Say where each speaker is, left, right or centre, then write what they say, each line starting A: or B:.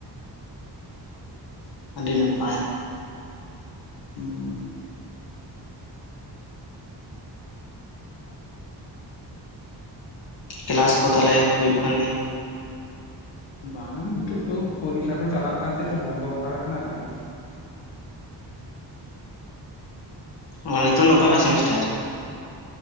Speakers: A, on the left; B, on the left.
A: ᱟᱹᱰᱤ ᱱᱟᱯᱟᱭ
B: ᱦᱩᱸ
A: ᱠᱮᱞᱟᱥ ᱠᱚ ᱛᱟᱞᱚᱞᱮ ᱦᱩᱭᱩᱜ ᱠᱟᱱ ᱜᱮᱭᱟ
B: ᱵᱟᱝ ᱱᱤᱛᱚᱜ ᱫᱚ ᱯᱚᱨᱤᱠᱷᱟ ᱠᱚ ᱪᱟᱞᱟᱜ ᱠᱟᱱ ᱛᱟᱦᱮᱸ ᱵᱚᱱᱫᱚ ᱦᱟᱛᱟᱲ ᱠᱟᱱᱟ ᱟᱨᱠᱤ
A: ᱚ ᱱᱤᱛᱚᱝ ᱫᱚ ᱚᱠᱟᱴᱟᱜ ᱥᱮᱢᱤᱥᱴᱟᱨ